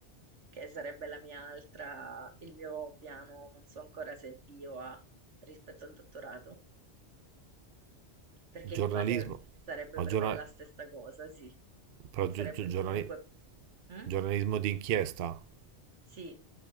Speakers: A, on the right (about 90°); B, on the right (about 60°).
A: che sarebbe la mia altra, il mio piano, non so ancora se è bio A rispetto al dottorato. Perché di
B: Giornalismo?
A: base sarebbe
B: Ma
A: per
B: giorna-
A: me la stessa cosa, sì.
B: però
A: Sarebbe
B: gio- gio- giornali-
A: comunque... Mm?
B: giornalismo di inchiesta?
A: Sì,